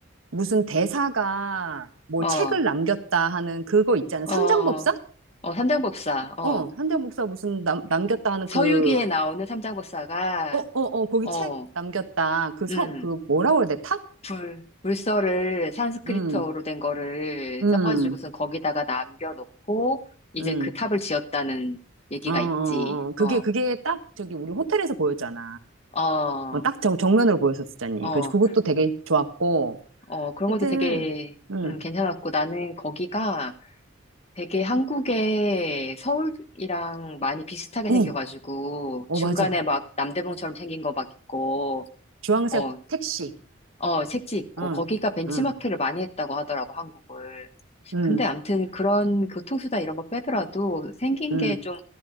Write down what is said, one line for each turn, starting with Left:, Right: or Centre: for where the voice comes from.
Right: 무슨 대사가 뭘
Left: 어,
Right: 책을 남겼다 하는 그거 있잖아.
Left: 어,
Right: 삼장법사?
Left: 어, 삼장법사, 어.
Right: 어, 삼장법사 무슨 남, 남겼다 하는
Left: 서유기에
Right: 그
Left: 나오는 삼장법사가,
Right: 어, 어, 어, 거기
Left: 어,
Right: 책 남겼다. 그 성,
Left: 음.
Right: 그 뭐라고 그래야 돼? 탁?
Left: 불 물서를 산스크리트어로
Right: 음,
Left: 된 거를
Right: 음,
Left: 써가지고선 거기다가 남겨놓고 이제
Right: 음.
Left: 그 탑을 지었다는 얘기가
Right: 어, 어,
Left: 있지.
Right: 어. 그게,
Left: 어,
Right: 그게 딱 저기 우리 호텔에서 보였잖아.
Left: 어,
Right: 어, 딱 정, 정면으로 보였었잖니.
Left: 어,
Right: 그, 그것도 되게 좋았고.
Left: 어, 그런
Right: 하여튼,
Left: 것도 되게
Right: 음,
Left: 음, 괜찮았고 나는 거기가 되게 한국의 서울이랑 많이 비슷하게
Right: 응,
Left: 생겨가지고
Right: 어,
Left: 중간에
Right: 맞아.
Left: 막 남대문처럼 생긴 거 막 있고
Right: 주황색
Left: 어,
Right: 택시.
Left: 어, 색지 있고,
Right: 응,
Left: 거기가 벤치마킹을
Right: 응,
Left: 많이 했다고 하더라고, 한국을.
Right: 응,
Left: 근데 암튼 그런 교통수단 이런 거 빼더라도 생긴
Right: 응,
Left: 게 좀